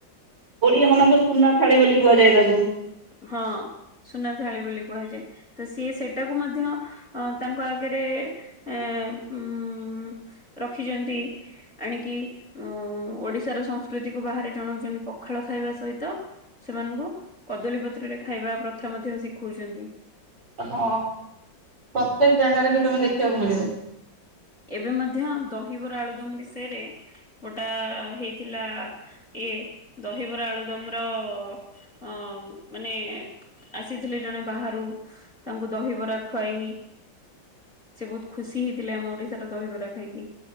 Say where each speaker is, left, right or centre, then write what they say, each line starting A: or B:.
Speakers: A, on the right (about 65°); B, in the centre.
A: ଓଡିଆ ମାନଙ୍କ ସୁନା ଥାଳି ବୋଲି କୁହାଯାଏ ତାକୁ।
B: ହଁ। ସୁନା ଥାଳି ବୋଲି କୁହାଯାଏ ତ ସିଏ ସେଟାକୁ ମଧ୍ୟ ଅ ତାଙ୍କ ଆଗରେ ଏଁ ଉଁ ରଖିଛନ୍ତି ଆଣିକି ଉ ଓଡିଶାର ସଂସ୍କୃତିକୁୁ ବାହାରେ ଜଣଉଛନ୍ତି ପଖାଳ ଖାଇବା ସହିତ ସେମାନଙ୍କୁ କଦଳୀ ପତ୍ରରେ ଖାଇବା ପ୍ରଥା ମଧ୍ୟ ଶିଖଉଛନ୍ତି।
A: ହଁ ପ୍ରତ୍ୟେକ ଜାଗାରେ ବି ତମେ ଦେଖିବାକୁ ମିଳିବ।
B: ଏବେ ମଧ୍ୟ ଦହିବରା ଆଳୁଦମ ବିଷୟରେ ଗୋଟା ହେଇଥିଲା ଇଏ ଦହିବରା ଆଳୁଦମ ର ଅ ମାନେ ଆସିଥିଲେ ଜଣେ ବାହାରୁ ତାଙ୍କୁ ଦହିବରା ଖୁଆଇ ସେ ବହୁତ୍ ଖୁସି ହେଇଥିଲେ ଆମ ଓଡିଶାର ଦହିବରା ଖାଇକି।